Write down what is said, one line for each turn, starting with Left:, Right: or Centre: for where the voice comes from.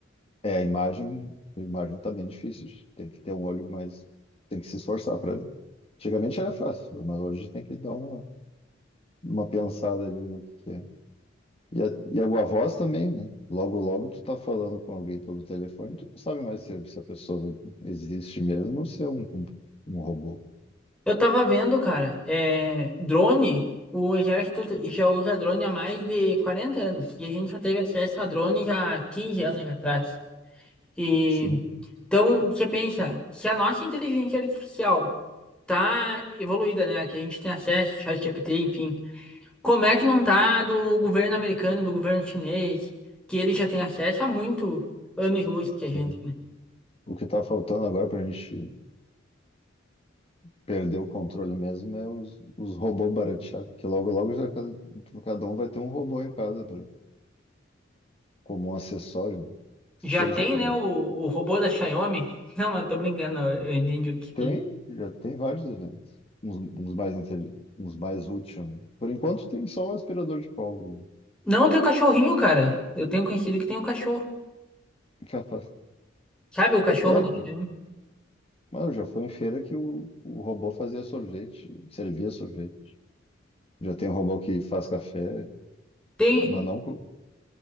Left: É, a imagem, a imagem tá bem difícil. gente. Tem que ter um olho mais. Tem que se esforçar para ver. Antigamente era fácil, mas hoje tem que dar uma, uma pensada ali, ver o que que é. E a, e a voz também, né? Logo, logo tu tá falando com alguém pelo telefone, tu não sabe mais se, se a pessoa existe mesmo ou se é um, um, um robô.
Centre: Eu tava vendo, cara, é, drone, o exército já usa drone há mais de 40 anos, e a gente já teve acesso a drone já há 15 anos atrás. E,
Left: Sim,
Centre: então, você pensa, se a nossa inteligência artificial tá evoluída, né, que a gente tem acesso, ChatGPT, enfim, como é que não tá a do governo americano, do governo chinês, que ele já tem acesso há muito anos-luz que a gente,
Left: sim.
Centre: né?
Left: O que tá faltando agora pra gente perder o controle mesmo é os, os robôs baratear, porque logo, logo já cada, cada um vai ter um robô em casa como um acessório, seja
Centre: Já tem,
Left: para.
Centre: né, o, o robô da Xiaomi? <laughs> Não, eu tô brincando, eu eu entendi o que...
Left: Tem, já tem vários eventos. Uns, uns mais intelig... uns mais úteis, né? Por enquanto tem só o aspirador de pólvora. né?
Centre: Não, tem o cachorrinho, cara. Eu tenho conhecido que tem um cachorro.
Left: <laughs> Capaz.
Centre: Sabe o cachorro
Left: É,
Centre: do
Left: tem.
Centre: filme?
Left: Mano, já foi em feira que o, o robô fazia sorvete, servia sorvete. Já tem um robô que faz café,
Centre: Tem,
Left: mas não co-